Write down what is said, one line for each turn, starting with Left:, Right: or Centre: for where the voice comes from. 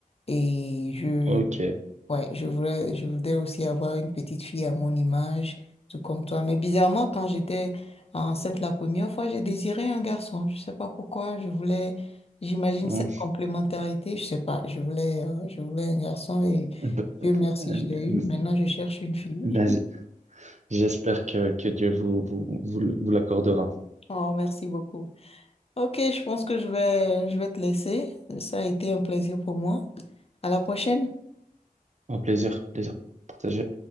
Left: Et je
Right: Ok.
Left: Ouais, je voulais, je voudrais aussi avoir une petite fille à mon image, tout comme toi. Mais bizarrement, quand j'étais enceinte la première fois, j'ai désiré un garçon. Je sais pas pourquoi. Je voulais, j'imagine
Right: Hum.
Left: cette complémentarité. Je sais pas. Je voulais, euh, je voulais un garçon et
Right: B-
Left: Dieu merci,
Right: euh,
Left: je l'ai eu. Maintenant, je cherche une fille.
Right: ben, j-
Left: <laughs>
Right: j'espère que, que Dieu vous, vous, vous, vous l'accordera.
Left: Oh, merci beaucoup. Ok, je pense que je vais, je vais te laisser. Ça a été un plaisir pour moi. À la prochaine.
Right: Au plaisir, plaisir partagé.